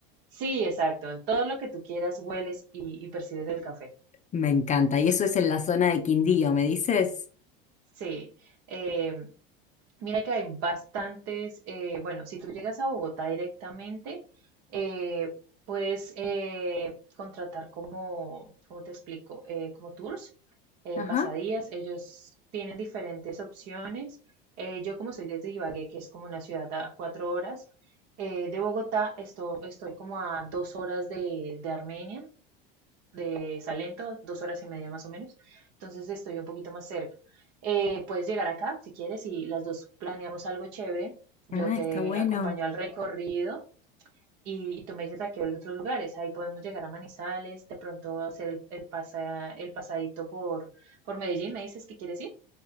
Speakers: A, on the right; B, on the left.
A: Sí, exacto, en todo lo que tú quieras hueles y, y percibes el café.
B: Me encanta. Y eso es en la zona de Quindío, ¿me dices?
A: Sí, eh, Mira que hay bastantes, eh, bueno, si tú llegas a Bogotá directamente, eh, puedes eh, contratar como, ¿cómo te explico? Eh, como tours, eh,
B: Ajá.
A: pasadías, ellos tienen diferentes opciones. Eh, yo como soy desde Ibagué, que es como una ciudad a cuatro horas eh, de Bogotá, esto, estoy como a dos horas de, de Armenia de Salento, dos horas y media más o menos. Entonces estoy un poquito más cerca. Eh, puedes llegar acá si quieres y las dos planeamos algo chévere. Yo
B: Ah,
A: te
B: está bueno.
A: acompaño al recorrido y, y tú me dices a qué otros lugares. Ahí podemos llegar a Manizales, de pronto hacer el, el, pasa- el pasadito por, por Medellín. ¿Me dices que quieres ir?